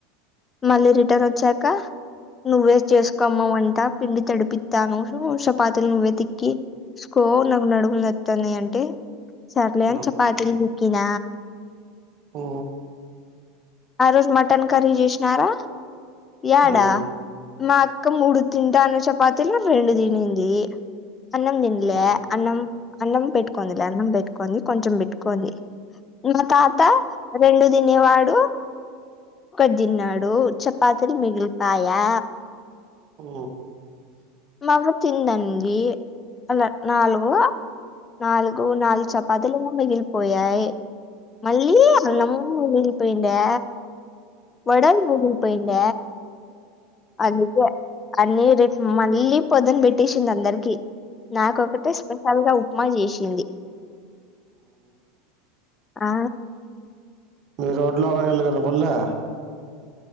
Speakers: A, on the left; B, on the right.
A: మళ్ళీ రిటర్న్ వచ్చాక నువ్వే చేసుకోమ వంటా పిండి తడిపిస్తాను చపాతిలు నువ్వే తిక్కి సుకో నాకు నడుము నొత్తంది అంటే సర్లేని
B: హ్మ్
A: చపాతి ఇకిిన
B: ఓ
A: ఆ రోజు మటన్ కర్రీ చేసినారా ఏడా
B: హ్మ్
A: మా అక్క మూడు తింటన్న చపాతీలు రెండు తినింది అన్నం తింలే
B: హ్మ్
A: అన్నం అన్నం పెట్టుకోందిలే అన్నం పెట్టుకోడి కొంచెం పెట్టుకోంది మా తాత రెండు తినేవాడు ఒకటి తిన్నాడు చ పాత్రలు మిగిలిపయా
B: ఓ
A: మవ్వ తిందండి అలా నాలుగు నాలుగు నాలుగు చ పాతీలు మిగిలిపోయాయి మల్లి అన్నము మిగి పోయిండా వడలు మిగిలి పోయిండ అందుకే అన్నీ రేపు మళ్ళీ పొదున పెట్టేసింది అందరికి నాకొకటే స్పెషల్ గా ఉప్మా చేసింది ఆ
B: మీ రోడ్లో ఆయిల్ కనపడ్లే